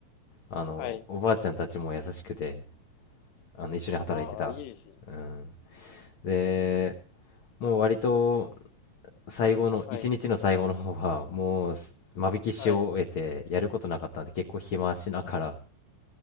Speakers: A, on the left; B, on the left.
A: あの、
B: はい。
A: おばあちゃんたちも優しくて、あの、一緒に働いてた。
B: ああ、いいですね。
A: うん。で、もう割と最後の、
B: はい、
A: 一日の最後の方は、もうす間引きし終えて、
B: はい。
A: やることなかったんで、結構暇しながら、